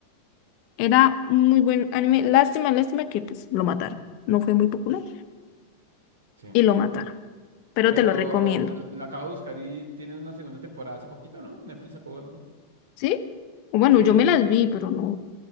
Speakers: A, on the left; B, on the right.
A: era un muy buen anime, lástima, lástima que pues lo mataron, no fue muy popular,
B: Sí.
A: y lo mataron, pero
B: Pero
A: te lo recomiendo,
B: al- lo acabo de buscar y tiene una segunda temporada hace poquito, ¿no? Netflix sacó algo.
A: ¿sí? O Bueno,
B: Sí.
A: yo me las vi, pero no.